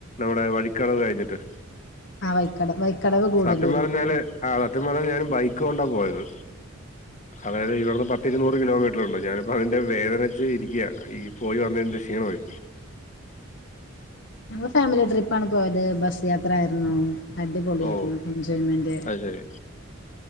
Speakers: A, on the left; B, on the left.
A: ഇവിടെ വഴിക്കടവ് കഴിഞ്ഞ് ട്ട്
B: ആ വൈക്കട വൈക്കടവ് ഗൂഡല്ലൂര്
A: സത്യം പറഞ്ഞാല്
B: ഊട്ടി
A: ആ സത്യം പറഞ്ഞാ ഞാന് ബൈക്ക് കൊണ്ടാ പോയത്. അതായത് ഇവട്ന്ന് പത്തിരുനൂറ് കിലോമീറ്ററുണ്ട് ഞാനിപ്പോ അതിന്റെ വേദനച്ച് ഇരിക്ക്യാ ഈ പോയി വന്നതിന്റെ ക്ഷീണമേ
B: ഞങ്ങൾ ഫാമിലി ട്രി <unintelligible> പോയത് ബസ് യാത്ര ആയ <unintelligible> അടിപൊളിയായിരുന്നു
A: ഓ
B: എൻജോയ്മെന്റ്
A: അത് ശരി